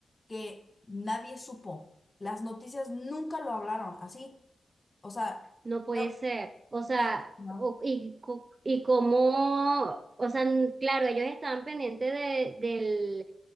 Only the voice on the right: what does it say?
No puede
ser. O sea,
o- y, co- y cómo, o sea, n- claro, ellos estaban pendientes de, del,